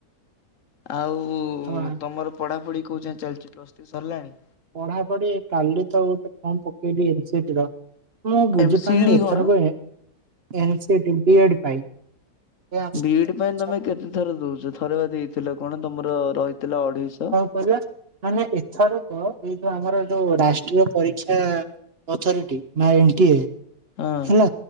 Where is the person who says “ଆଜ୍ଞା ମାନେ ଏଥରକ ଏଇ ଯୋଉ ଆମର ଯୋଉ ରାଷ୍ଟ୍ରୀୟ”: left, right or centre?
Right